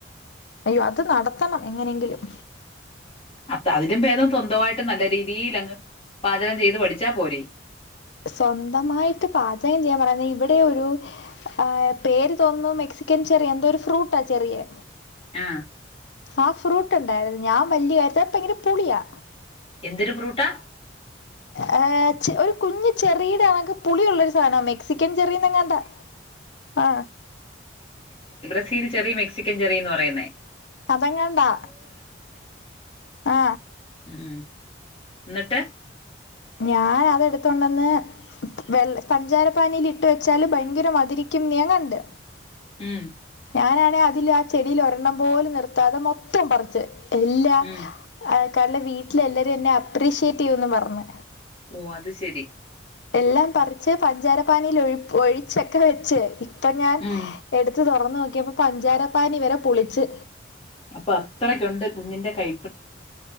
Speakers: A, on the left; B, on the left.
A: അയ്യോ അത് നടത്തണം എങ്ങനെയെങ്കിലും
B: അപ്പ അതിലും ഭേദം സ്വന്തമായിട്ട് നല്ല രീതിയിലങ്ങ് പാചകം ചെയ്ത് പഠിച്ചാ പോരെ
A: സ്വന്തമായിട്ട് പാചകം ചെയ്യാൻ പറയു ന്ന ഇവിടെ ഒരു ആ പേര് തോന്നുന്നു മെക്സിക്കൻ ചെറിയ എന്തോ ഒരു ഫ്രൂട്ടാ ചെറിയാ
B: ആ
A: ആ ഫ്രൂട്ട് ഉണ്ടായിത് ഞാൻ വലിയ കാര്യത്തെ ഭയങ്കര പുളിയാ
B: എന്തൊരു ഫ്രൂട്ടാ
A: ഏ ഒരു കുഞ്ഞ് ചെറിയിടെണക്ക് പുളി ഉള്ള ഒരു സാധനം മെ മെക്സിക്കൻ ചെറിയന്നങ്ങാണ്ടാ ആ
B: ബ്രസിൽ ചെറി മെക്സൻ ചെറിന്ന് പറയുന്നെ
A: അതെങ്ങാണ്ടാ ആ
B: ഉം. എന്നിട്ട്
A: ഞാൻ അതെടുത്തോണ്ടന്ന് വെള്ള പഞ്ചാര പാനീൽ ഇട്ട് വെച്ചാല് ഭയങ്കര മതിരിക്കുംന്ന് ഞാൻ കണ്ട്
B: ഉം
A: ഞാനാണേ അതില് ആ ചെടിൽ ഒരെണ്ണം പോലും നിർത്താതെ മൊത്തം പറിച്ച് എല്ലാ
B: ഉം
A: ആ ഇയാളടെ വീട്ടിലെ എല്ലാരും എന്നെ അപ്രീഷ്യേറ്റ് ചെയ്യന്ന് പറഞ്ഞു
B: ഓ അത് ശെരി
A: എല്ലാം പറിച്ച് പഞ്ചാര പാനീയിൽ ഒ ഒഴിച്ചൊക്കെ വെച്ച് ഇപ്പൊ ഞാൻ
B: ഉം
A: എടുത്ത് തെറന്ന നോക്കിയപ്പോ പഞ്ചാരപ്പാനി വരെ പുളിച്ച്
B: അപ്പൊ അത്രക്കുണ്ട് കുഞ്ഞിന്റെ കൈ